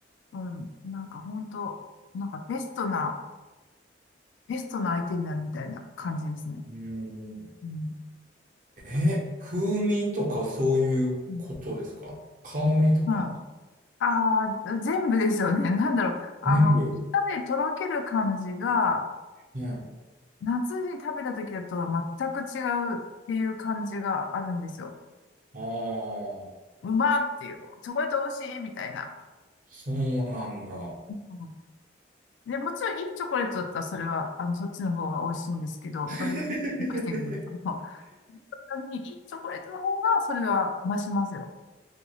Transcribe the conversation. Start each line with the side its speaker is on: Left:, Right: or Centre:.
Left: う、うん、なんか本当なんかベストな、ベストな相手になるみたいな感じですね。
Right: ん。うん
Left: うん
Right: え、風味とかそういうことですか香りとか
Left: うんまあ、あー、全部ですよね。<laughs> なんだろう。あの、
Right: 全部。
Left: 舌でとろける感じが、
Right: ね。
Left: 夏に食べた時だとは全く違うっていう感じがあるんですよ。
Right: ああ、
Left: うまーっていう、チョコレート美味しいみたいな。
Right: そうなんだ。
Left: うんで、もちろんいいチョコレートだったらそれは、あの、そっちの方が美味しいんですけど、どれにましたけど、
Right: <laughs>
Left: その、本当にいいチョコレートの方がそれは増しますよ。